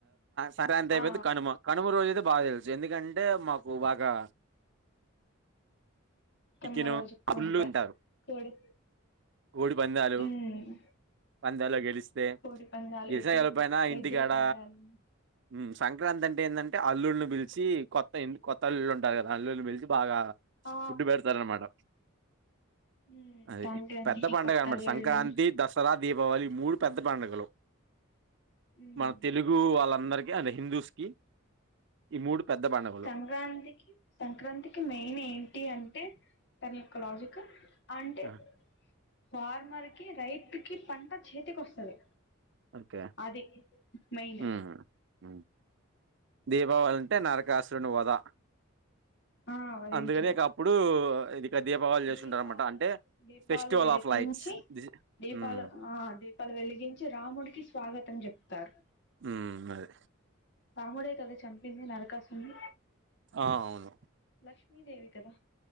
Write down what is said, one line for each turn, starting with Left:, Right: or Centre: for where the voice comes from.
Right: సరే అంతా అయిపోయిద్ది
Left: ఆ
Right: కనుమ కనుమ రోజు అయితే బాగా తెలుసు ఎందుకంటే మాకు బాగా చికెన్
Left: కనుమ రోజు కోడి
Right: ఫుల్లు
Left: ప
Right: తింటారు
Left: కోడి
Right: కోడి పందాలు
Left: ఉమ్
Right: పందాల్లో గెలిస్తే
Left: కోడి పందాలు
Right: గెలిచిన
Left: ఎద్దులు
Right: గెలవకపోయినా ఇంటికాడ
Left: ఎద్దులు పందాలు
Right: మ్ సంక్రాంతి అంటే ఏందంటే టే అల్లుల్ని పిలిచి కొత్త కొత్త అల్లులు ఉంటారు కదా అల్లుని పిలిచి బాగా
Left: ఆ
Right: ఫుడ్ పె మట
Left: ఉమ్
Right: అదే
Left: సంక్రాంతికి
Right: పెద్ద పండుగ
Left: కొత్త
Right: అన్నమాట
Left: అల్లుళ్ళు
Right: సంక్రాంతి దసరా దీపావళి మూడు పెద్ద పండుగలు
Left: ఉమ్
Right: మన తెలుగు వాళ్ళందరికి అంటే హిందూస్కి ఈ మూడు పెద్ద పండుగలు
Left: సంక్రాంతికి సంక్రాంతికి మెయిన్ ఏంటి అంటే తన యొక్క లాజిక్కు అంటే
Right: ఆ,
Left: ఫార్మర్ కి రైతుకిి పంట చేతికి వస్తుంది
Right: ఓకే
Left: అదే మెయిన్
Right: ఉమ్, ఉమ్. దీపావళి అంటే
Left: అప్
Right: నరకాసురుని వోద
Left: ఆ వధించడం
Right: అందుకనిక అప్పుడు ఇది ఇక దీపావళి చేసుకుంటారు
Left: దీపాల
Right: అనమాట అంటే
Left: దీపాలు
Right: ఫెస్టివల్
Left: వెలికించి
Right: ఆఫ్ లైట్స్
Left: దీపాలు
Right: మ్మ్
Left: ఆ దీపాలు వెలిగించి రాముడికి స్వాగతం చెప్తారు
Right: ఉ అదే
Left: పాముడే కద చంపింది నరకాసున్న
Right: ఆ అవును
Left: లక్ష్మీదేవి కదా